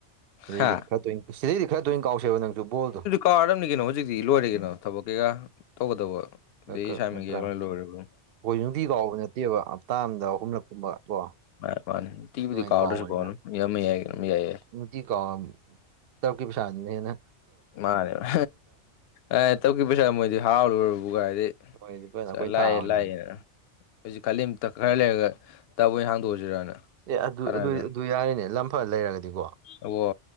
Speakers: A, on the right (about 60°); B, on the left (about 65°).
A: ꯁꯤꯗꯩꯗꯤ
B: ꯍꯥ
A: ꯈꯠꯇꯣꯏꯅꯤ ꯁꯤꯗꯩꯗꯤ ꯈꯔ ꯇꯣꯏꯅ ꯀꯥꯎꯁꯦꯕ ꯅꯪꯁꯨ ꯕꯣꯜꯗꯣ
B: ꯀꯥꯔꯝꯅꯤ ꯀꯩꯅꯣ ꯍꯧꯖꯤꯛꯇꯤ ꯂꯣꯏꯔ ꯀꯅꯣ ꯊꯕꯛ ꯀꯩꯀꯥ ꯇꯧꯒꯗꯧꯕ
A: ꯈꯔ
B: ꯑꯗꯨ
A: ꯈꯔ
B: ꯁꯝꯃꯤꯒꯤꯌꯥ
A: ꯅꯠꯇ꯭ꯔꯥ
B: ꯂꯣꯏꯔꯕꯣ
A: ꯑꯩꯈꯣꯏ ꯅꯨꯡꯇꯤ ꯀꯥꯎꯕ ꯅꯠꯇꯦꯕ ꯍꯞꯇꯥ ꯑꯝꯗ ꯑ ꯍꯨꯝꯂꯛꯀꯨꯝꯕ ꯀꯣ꯫
B: ꯃꯅꯤ ꯃꯅꯤ ꯅꯨꯡꯇꯤꯒꯤꯕꯨꯗꯤ
A: ꯑꯗꯨꯃꯥꯏꯅ
B: ꯀꯥꯎꯗꯔꯁꯨꯀꯣ꯫
A: ꯀꯥꯎꯕꯅꯤꯅ
B: <unintelligible>
A: ꯅꯨꯡꯇꯤ ꯀꯥꯎ ꯇꯞꯀꯤ ꯄꯩꯁꯥꯗꯨꯅ ꯍꯦꯅ꯫
B: ꯃꯥꯅꯦꯕ ꯑꯦ ꯇꯞꯀꯤ ꯄꯩꯁꯥ ꯃꯣꯏꯗꯤ ꯍꯥꯔꯥꯎ ꯂꯣꯏꯔꯕꯨ ꯀꯥꯏꯗꯩꯩ꯫
A: ꯃꯣꯏꯗꯤ ꯐꯖꯅ
B: ꯆꯂꯥꯏ
A: ꯑꯩꯈꯣꯏꯅ ꯊꯥꯕꯅꯤꯅ
B: ꯂꯥꯛꯏꯅ꯫ ꯑꯩꯁꯨ ꯈꯂꯤꯝ ꯈꯔ ꯂꯩꯔꯒ ꯇꯞ ꯑꯣꯏꯅ ꯍꯥꯡꯗꯣꯛꯑꯁꯤꯔꯅ
A: ꯑꯦ ꯑꯗꯨ
B: ꯁꯥꯟꯅꯔꯁꯤꯔ
A: ꯑꯗꯨ ꯑꯗꯨ ꯌꯥꯔꯦꯅꯦ ꯂꯝꯐ ꯂꯩꯔꯒꯗꯤꯀꯣ꯫
B: ꯑꯣ